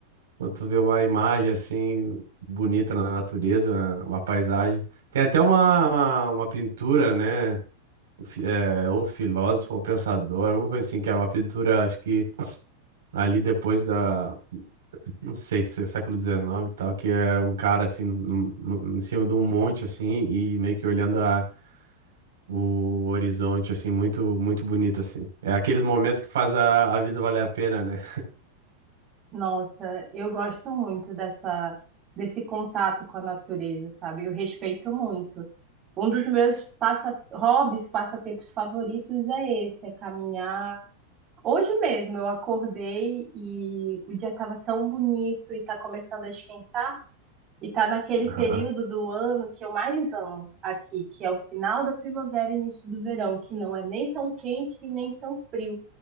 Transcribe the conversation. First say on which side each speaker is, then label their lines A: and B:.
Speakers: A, on the right; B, on the right.
A: quando tu vê uma imagem assim, bonita na natureza, uma paisagem. Tem até uma, uma pintura, né? O, fi- é, o filósofo, o pensador, alguma coisa assim, que era uma pintura, acho que ali depois da, não sei, se é século XIX e tal, que é um cara assim, num- num- em cima de um monte assim, e meio que olhando a, o horizonte, assim, muito, muito bonito, assim. É aqueles momentos que faz a, a vida valer a pena, né?
B: Nossa, eu gosto muito dessa, desse contato com a natureza, sabe? Eu respeito muito. Um dos meus passa, hobbies, passatempos favoritos é esse, é caminhar. Hoje mesmo eu acordei e o dia estava tão bonito e está começando a esquentar e está naquele
A: Aham.
B: período do ano que eu mais amo aqui, que é o final da primavera e início do verão, que não é nem tão quente e nem tão frio.